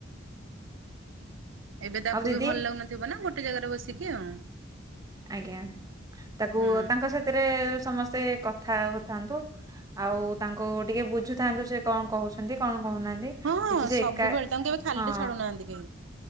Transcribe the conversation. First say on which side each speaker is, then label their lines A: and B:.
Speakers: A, on the right; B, on the right.
A: ଏବେ ତାକୁ
B: ଆଉ ଦିଦି
A: ବି ଭଲ ଲାଗୁନଥିବ ନା ଗୋଟେ ଜାଗାରେ ବସିକି ଆଉ।
B: ଆଜ୍ଞା, ତାକୁ
A: ହୁଁ।
B: ତାଙ୍କ ସାଥିରେ ସମସ୍ତେ କ ଥା ହଉଥାନ୍ତୁ ଆଉ ତାଙ୍କୁ ଟିକେ ବୁଝୁଥାନ୍ତୁ ସେ କ'ଣ କହୁଛନ୍ତି କ'ଣ ହଉନାହାନ୍ତି
A: ହଁ ହଁ
B: ଯଦି ସିଏ
A: ସବୁବେଳେ
B: ଏକା
A: ତାଙ୍କୁ କେବେ ଖାଲିରେ
B: ହଁ।
A: ଛାଡୁନାହାନ୍ତି କେହି।